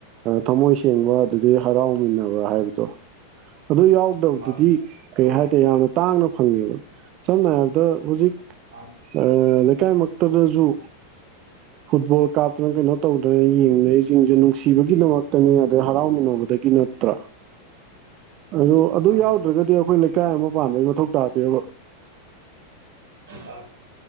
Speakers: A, on the right (about 35°); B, on the right (about 70°).
A: ꯊꯃꯣꯏ ꯁꯦꯡꯕ ꯑꯗꯨꯗꯩꯩ ꯍꯔꯥꯎꯃꯤꯟꯅꯕ ꯍꯥꯏꯕꯗꯣ ꯑꯗꯨ ꯌꯥꯎ ꯇꯗꯨꯗꯤ
B: ꯃꯥꯅꯦ
A: ꯀꯩ
B: ꯖꯣꯏ
A: ꯍꯥꯏꯇꯥꯔꯦ ꯌꯥꯝꯅ ꯇꯥꯡꯅ ꯐꯪꯉꯦꯕ ꯁꯝꯅ ꯍꯥꯏꯔꯕꯗ ꯍꯧꯖꯤꯛ
B: ꯃꯥꯅꯦ
A: ꯑ ꯂꯩꯀꯥꯏ ꯃꯛ ꯇꯗꯁꯨ ꯐꯨꯠꯕꯣꯜ ꯀꯥꯞꯇꯅ ꯀꯩꯅꯣ ꯇꯧꯗꯅ ꯌꯦꯡꯅꯩꯁꯤꯡꯁꯦ ꯅꯨꯡꯁꯤꯕꯒꯤꯗꯃꯛꯇꯅꯤ ꯑꯗꯩ ꯍꯔꯥꯎꯃꯤꯟꯅꯕꯗꯒꯤꯅ ꯅꯠꯇ꯭ꯔꯥ ꯑ ꯑꯗꯨ
B: ꯃꯥꯅꯦ
A: ꯌꯥꯎꯗ꯭ꯔꯒꯗꯤ ꯑꯩꯈꯣꯏ ꯂꯩꯀꯥꯏ ꯑꯃ ꯄꯥꯟꯕꯩ ꯃꯊꯧ ꯇꯥꯗꯦꯕ
B: ꯑ <unintelligible>